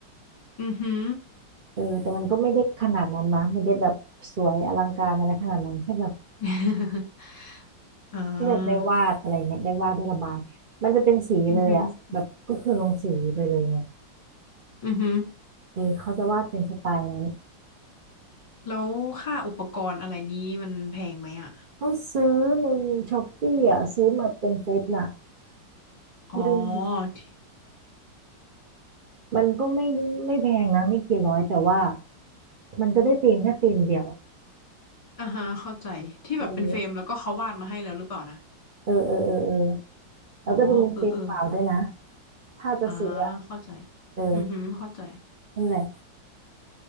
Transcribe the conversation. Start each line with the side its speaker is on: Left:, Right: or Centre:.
Left: อือฮึ
Right: เออแต่มันก็ไม่ได้ขนาดนั้นนะไม่ได้แบบสวยอลังการอะไรขนาดนั้นแค่แบบ
Left: <laughs> อ่า
Right: ที่แบบได้วาดอะไรเงี้ยได้วาดได้ระบาย มันจะเป็นสีเลยอ่ะแบบก็คือลงสีไปเลยไง
Left: อือฮึอือฮึ
Right: เออเขาจะวาดเป็นสไตล์นั้น
Left: แล้วค่าอุปกรณ์อะไรนี้มันแพงไหมอ่ะ
Right: เขาซื้อในช้อปปี้อ่ะซื้อมาเป็นเซตน่ะ
Left: อ๋อ
Right: มัน
Left: ที่
Right: มันก็ไม่ไม่แพงนะไม่กี่ร้อยแต่ว่ามันก็ได้ฟิล์มแค่ฟิล์มเดียวอะ
Left: อ่าฮะเข้าใจที่แบบเป็นเฟรมแล้วก็เขาวาดมาให้แล้วหรือเปล่านะ
Right: เออเออเออเออเออแล้วก็จะมีฟิล์มเปล่าด้วยนะ
Left: อ๋อเออเออ
Right: ถ้าจะซื้ออ่ะ
Left: อ่าเข้าใจ
Right: เออ
Left: อือฮึอเข้าใจ
Right: นั่นแหละ